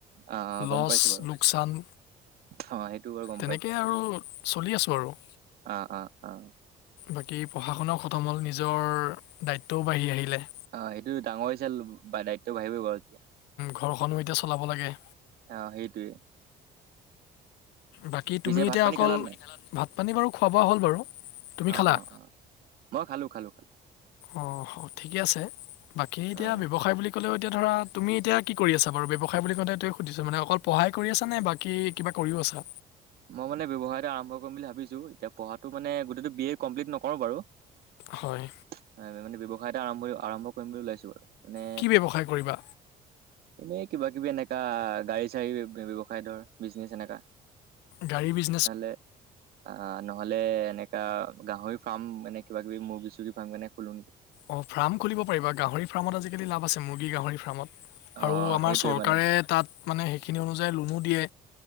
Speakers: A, on the right (about 65°); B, on the left (about 85°).
A: অ অ গম
B: লছ
A: পাইছো বাৰু
B: লোকচান
A: অ সেইটো বাৰু গম
B: তেনেকেই
A: পাইছো
B: আৰু চলি আছো আৰু
A: অ', অ, অ।
B: বাকী প্ৰশাসন খতম হ'ল নিজৰ দায়িত্বও বাঢ়ি আহিলে।
A: অ', সেইটো ডাঙৰ হৈ হৈছে। দায়িত্ব বাঢ়িবই বাৰু এতিয়া
B: ঘৰখনো এতিয়া চলাব লাগে।
A: অ', সেইটয়ে।
B: বাকী
A: পিছে
B: তুমি
A: ভাত
B: এতিয়া
A: পানী
B: অকল
A: খালা নাই
B: ভাত পানী বাৰু খোৱা বোৱা হ'ল বাৰু। তুমি
A: অ
B: খালা?
A: অ অ মই খালো, খালো, খালো।
B: অ', ঠিকে আছে। বাকী এতিয়া
A: অ
B: ব্যৱসায় বুলি ক'লেও এতিয়া ধৰা তুমি এতিয়া কি কৰি আছা বাৰু? ব্যৱসায় বুলি কওঁ তোৱ সুধিছো মানে অকল পঢ়ায় কৰি আছ নে বাকী কিবা কৰিও আছা।
A: মই মানে ব্যৱসায় এটা আৰম্ভ কৰিম বুলি ভাবিছোঁ। এতিয়া পঢ়াটো মানে গোটেইটো বি এ কমপ্লিট নকৰোঁ বাৰু।
B: হয়।
A: <unintelligible> মানে ব্যৱসায় এটা আৰাম্ভণি আৰাম্ভ কৰিম বুলি ওলাইছো। নে
B: কি ব্যৱসায় কৰিবা
A: এনেই কিবা কিবি এনেকা গাড়ী চাড়ী ব্যৱ ব্যৱসায় ধৰ বিজনেচ এনেকা
B: গাড়ী বিজ
A: ভালে অ', নহ'লে এনেকা গাহৰি ফাৰ্ম মানে কিবা কিবি মুৰ্গী চুৰ্গী ফাৰ্ম কেনে খোলোঁ নেকি?
B: অ', ফাৰ্ম খুলিব পাৰিবা। গাহৰি ফাৰ্মত আজিকালি লাভ আছে। মুৰ্গী, গাহৰি ফাৰ্মত।
A: অ
B: আৰু আমাৰ
A: সেইটোৱে
B: চৰকাৰে
A: মানে
B: তাত মানে সেইখিনি অনুযায়ী লোনো দিয়ে।